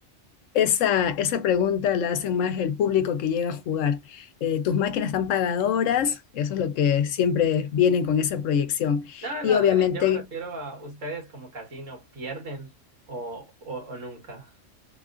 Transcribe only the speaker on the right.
No, no,
dale, yo me refiero a ustedes como casino, ¿pierden o, o, o nunca?